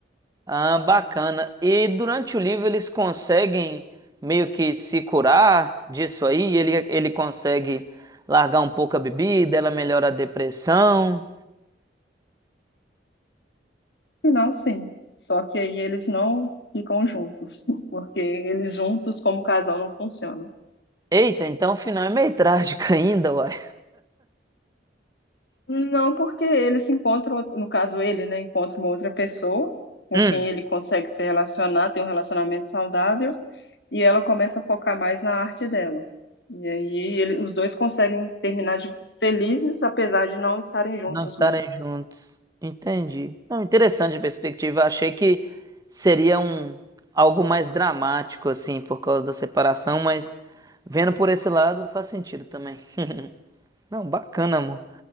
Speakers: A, on the right; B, on the left.
A: Ah, bacana. E durante o livro eles conseguem meio que se curar disso aí? Ele, ele consegue largar um pouco a bebida, ela melhora a depressão.
B: Final, sim. Só que aí eles não ficam juntos, <laughs> porque eles juntos como casal não funcionam.
A: Eita, então o final é meio trágico <laughs> ainda, uai.
B: Não, porque eles se encontram, no caso ele, né, encontra uma outra pessoa com
A: Hum.
B: quem ele consegue se relacionar, ter um relacionamento saudável, e ela começa a focar mais na arte dela. E aí ele- os dois conseguem terminar de felizes, apesar de não estarem juntos
A: Não estarem
B: mais.
A: juntos. Entendi. Não, interessante a perspectiva. Achei que seria um algo mais dramático, assim, por causa da separação, mas vendo por esse lado faz sentido também. <laughs> Não, bacana, amor.